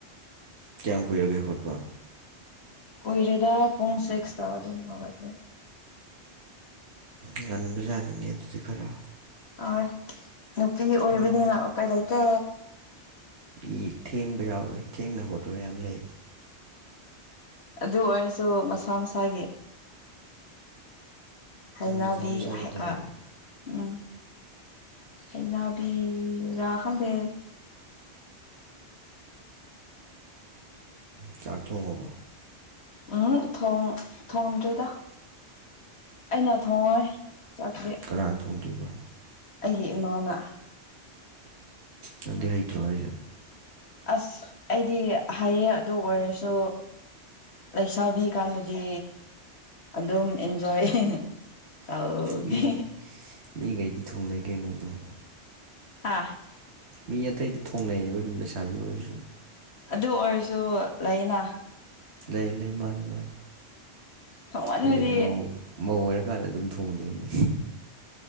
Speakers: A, on the right; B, on the left.
A: ꯀꯌꯥꯝ ꯀꯨꯏꯔꯒꯦ ꯍꯧꯒꯠꯄ?
B: ꯀꯨꯏꯔꯦꯗ ꯄꯨꯡ ꯁꯤꯛꯁꯇ ꯑꯗꯨꯝ ꯍꯧꯒꯠꯂꯦ꯫
A: ꯉꯟꯕꯖꯥꯅꯤꯡꯅꯦ ꯑꯗꯨꯗꯤ ꯈꯔ
B: ꯑ ꯅꯨꯄꯤ ꯑꯣꯏꯕꯅꯤꯅ
A: ꯎꯝ
B: ꯎꯄꯥꯏ ꯂꯩꯇꯦ
A: ꯃꯤ ꯊꯦꯡꯕ ꯌꯥꯎꯏ ꯊꯦꯡꯅ ꯈꯣꯠꯄ ꯃꯌꯥꯝ ꯂꯩ
B: ꯑꯗꯨ ꯑꯣꯏꯔꯁꯨ ꯃꯁꯥ ꯃꯁꯥꯒꯤ ꯍꯩꯅꯕꯤ
A: ꯎꯝ ꯃꯁꯥ ꯃꯁꯥꯒꯤ ꯇꯧꯔꯒ
B: ꯑ ꯎꯝ ꯍꯩꯅꯕꯤꯔꯥ ꯈꯪꯗꯦ
A: ꯆꯥꯛ ꯊꯣꯡꯉꯕ
B: ꯎꯝ ꯊꯣꯡ ꯊꯣꯡꯗ꯭ꯔꯤꯗ ꯑꯩꯅ ꯊꯣꯡꯉꯣꯏ ꯆꯥꯛꯇꯤ
A: ꯀꯅꯥꯥ ꯊꯣꯡꯗꯣꯏꯕ
B: ꯑꯩꯒꯤ ꯏꯃꯥꯅ
A: ꯅꯪꯗꯤ ꯍꯩꯇ꯭ꯔꯣ ꯍꯥꯏꯖꯦ
B: ꯑꯁ ꯑꯩꯗꯤ ꯍꯥꯏꯌꯦ ꯑꯗꯨ ꯑꯣꯏꯔꯁꯨ ꯂꯩꯁꯥꯕꯤ ꯀꯥꯟꯗꯗꯤ ꯑꯗꯨꯝ ꯑꯦꯟꯖꯣꯏ ꯇꯧꯒꯦ
A: ꯃꯤ ꯃꯤꯒꯩꯗꯤ ꯊꯣꯡꯅꯩ ꯀꯩꯅꯣ ꯑꯗꯨꯝ
B: ꯍꯥ
A: ꯃꯤ ꯑꯇꯩꯗꯤ ꯊꯣꯡꯅꯩꯌꯦꯕ ꯑꯗꯨꯝ ꯂꯩꯁꯥꯕꯤ ꯑꯣꯏꯔꯖꯨ
B: ꯑꯗꯨ ꯑꯣꯏꯔꯁꯨ ꯂꯩꯅꯥ
A: ꯂꯩ ꯂꯩ ꯃꯥꯅꯤ ꯃꯥꯅꯤ
B: ꯊꯣꯡꯃꯟꯕꯗꯤ
A: ꯍꯌꯦꯡ ꯃꯧ ꯃꯧ ꯑꯣꯏꯔꯀꯥꯟꯗ ꯑꯗꯨꯝ ꯊꯣꯡꯗꯣꯏꯅꯤ